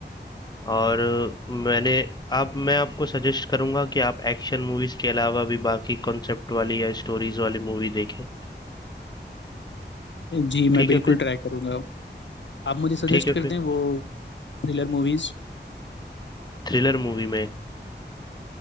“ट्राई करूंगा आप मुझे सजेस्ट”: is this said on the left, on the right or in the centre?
Left